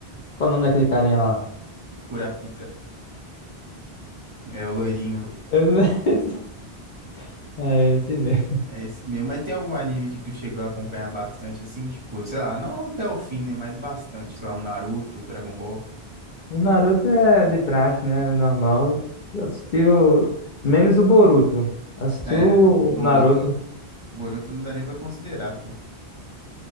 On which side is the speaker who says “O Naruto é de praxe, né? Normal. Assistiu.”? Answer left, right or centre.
Left